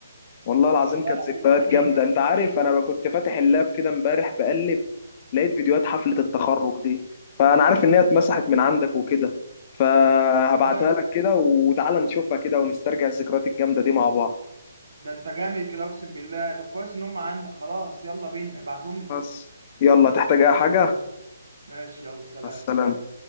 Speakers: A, on the left; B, on the right.
A: والله العظيم
B: الله
A: كانت
B: العظيم
A: ذكريات
B: حنين
A: جامدة
B: يا اسطى
A: انت عارف
B: حنين
A: انا كنت فاتح اللاب كده امبارح بقلب لقيت فيديوهات حفلة التخرج دي فانا عارف ان هي اتمسحت من عندك وكده فهبعتها
B: اه يا اسطى
A: لك كده وتعالى نشوفها كده ونسترجع الذكريات الجامدة دي مع بعض
B: ده انت جامد كده اقسم بالله طب كويس ان هم عندك خلاص يلا بينا ابعتهم لي
A: بس يلا تحتاج
B: ماشي
A: اي حاجة
B: يلا ماشي يلا سلام
A: مع السلامة